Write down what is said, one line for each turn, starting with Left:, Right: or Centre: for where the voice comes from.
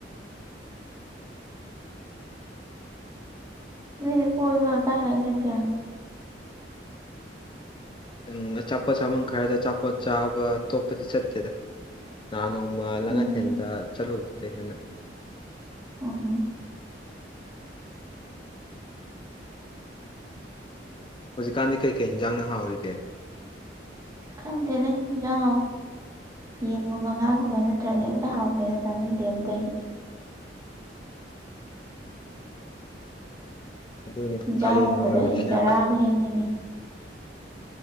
Right: ꯅꯣꯏꯗꯤ ꯀꯣꯏꯕ꯭ꯔ ꯀꯥꯏ ꯉꯥꯏ ꯆꯠꯀꯦ
Left: ꯎ ꯑꯆꯥꯄꯣꯠ ꯆꯥꯃꯝ ꯈꯔꯗ ꯑꯆꯥꯄꯣꯠ ꯆꯥꯕ ꯑꯇꯣꯞꯄꯗꯤ ꯆꯠꯇꯦꯗ ꯅꯍꯥꯟ ꯅꯣꯡꯃ ꯂꯥꯡꯉꯊꯦꯟꯗ
Right: ꯎꯝ
Left: ꯆꯠꯂꯨꯕꯗꯨꯗ ꯍꯦꯟꯅ
Right: ꯎꯝ ꯎꯝ
Left: ꯍꯧꯖꯤꯛꯀꯥꯟꯗꯤ ꯀꯩ ꯀꯩ ꯍꯤꯟꯖꯥꯡꯅ ꯍꯥꯎꯔꯤꯒꯦ
Right: ꯈꯪꯗꯅꯦ ꯌꯥ ꯌꯦꯟꯒꯨꯝꯕ ꯉꯥꯒꯨꯝꯕ ꯅꯠꯇ꯭ꯔꯗꯤ ꯑꯝꯇ ꯍꯥꯎꯇꯦꯗ ꯆꯥꯅꯤꯡꯗꯦ ꯑꯝꯇꯩꯗꯤ
Left: ꯑꯗꯨꯅꯤ
Right: ꯌꯦꯟꯁꯥꯡ
Left: ꯀꯥꯂꯦꯟꯒ
Right: ꯎꯕꯗ
Left: ꯑꯣꯏꯕꯅꯤꯅ
Right: ꯑꯩ ꯆꯥꯔꯥꯒ ꯍꯦꯟꯅꯤꯡꯉꯦ